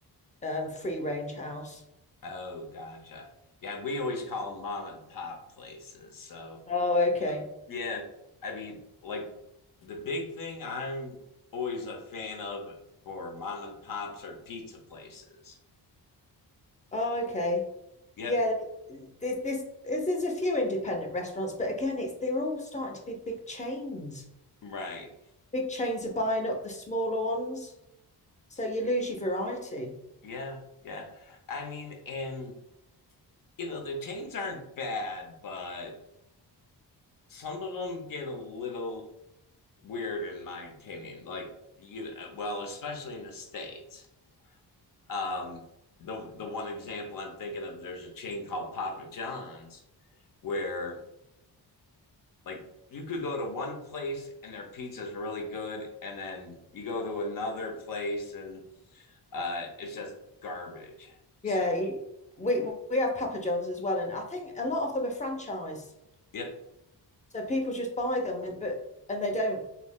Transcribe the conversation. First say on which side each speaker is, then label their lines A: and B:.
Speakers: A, on the left (about 15°); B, on the left (about 50°).
A: um, free range house
B: Oh, gotcha. Yeah, we always call them mom and pop places. So,
A: oh okay
B: yeah, I mean, like the big thing I'm always a fan of for mom and pops are pizza places.
A: oh okay
B: Yep,
A: yeah there's this there's, there's a few independent restaurants but again it's they're all starting to be big chains
B: right.
A: big chains are buying up the smaller ones So you lose your variety.
B: Yeah, yeah. I mean, and you know, the chains aren't bad, but some of them get a little weird in my opinion. Like you well, especially in the states Um, the the one example I'm thinking of, there's a chain called Papa John's where like you could go to one place and their pizza is really good, and then you go to another place and uh, it's just garbage. So
A: Yeah, you, we we have Papa John's as well, and I think a lot of them are franchise.
B: yep,
A: So people just buy them, and- but and they don't